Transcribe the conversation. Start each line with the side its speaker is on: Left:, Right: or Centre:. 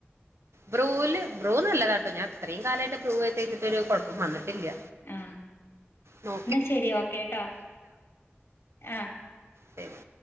Right: ബ്രൂ ല് ബ്രൂ നല്ലതാട്ടോ ഞാൻ ഇത്രയും കാലായിട്ട് ബ്രൂ <unintelligible> ട്ട് ഒരു കൊഴപ്പം വന്നി ട്ടില്ല
Left: ആഹ്
Right: നോ
Left: എന്നാ ശരി ഓക്കേ ട്ടോ ആ
Right: ശരി